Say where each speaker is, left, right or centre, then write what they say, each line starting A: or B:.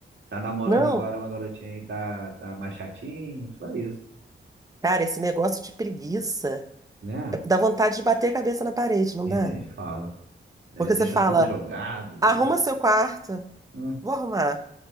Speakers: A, on the right; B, on the right.
A: tá namorando
B: Não,
A: agora uma garotinha aí, tá, tá mais chatinho, só isso,
B: cara, esse negócio de preguiça.
A: né?
B: Dá vontade de bater a cabeça na parede, não
A: E
B: dá?
A: nem fala, né?
B: Porque
A: Deixa
B: você fala,
A: tudo jogado,
B: arruma
A: e,
B: seu quarto,
A: hum,
B: vou arrumar.